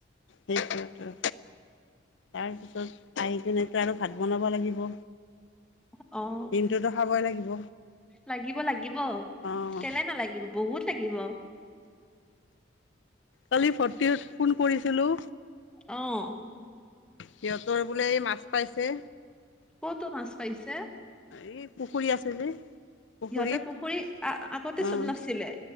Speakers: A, on the left; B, in the centre.
A: সেইটোৱেতো তাৰপিছত আহি কিনেতো আৰু ভাত বনাব লাগিব।
B: অ
A: দিনটোতো খাবই লাগিব।
B: লাগিব লাগিব
A: অঁ
B: কেলে নালাগিব বহুত লাগিব।
A: কালি ভৰটি ফোন কৰিছিলোঁ।
B: অ'।
A: সিহঁতৰ বোলে মাছ পাইছে।
B: ক'তো মাছ পাইছে।
A: এই পুখুৰী আছে যে। পুখুৰীত
B: সিহঁতৰ পুখুৰী আগতেচোন
A: অঁ
B: নাছিলে